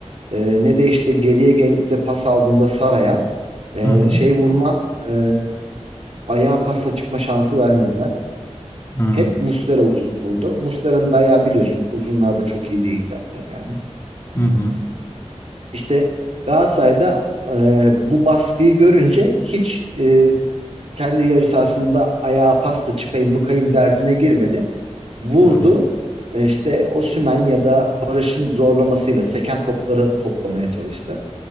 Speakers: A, on the right; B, on the left.
A: e, ne de işte geriye gelip de pas aldığında Sara'ya e,
B: Hı hı.
A: şey vurma, e, ayağa pasla çıkma şansı vermediler.
B: Hı.
A: Hep Muslera uzun vurdu. Muslera'nın da ayağı biliyorsun uzunlarda çok iyi değil zaten yani.
B: Hı hı.
A: İşte Galatasaray'da e, bu baskıyı görünce hiç e, kendi yarı sahasında ayağa pasla çıkayım mıkayım derdine girmedi. vurdu.
B: Hı hı.
A: E, İşte Osimhen ya da Barış'ın zorlamasıyla seken topları toplamaya çalıştı.